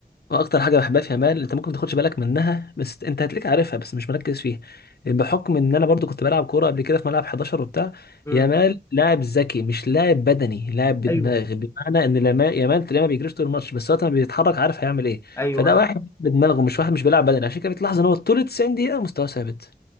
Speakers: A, on the left; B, on the left.
A: اكتر حاجة بحبها في يامال انت ممكن ما تاخدش بالك منها بس انت هتلاقيك عارفها بس مش مركز فيها بحكم ان انا برضو كنت بلعب كورة قبل كده في ملعب 11 وبتاع
B: امم
A: يامال لاعب ذكي مش لاعب بدني لاعب بدماغ
B: ايوه
A: بمعنى ان لما يامال تلاقيه ما بيجريش طول الماتش بس وقت ما بيتحرك عارف هيعمل ايه
B: ايوه
A: فده واحد بدماغه مش واحد مش بيلعب بدني عشان كده بتلاحظ ان هو طول 90 دقيقة مستواه ثابت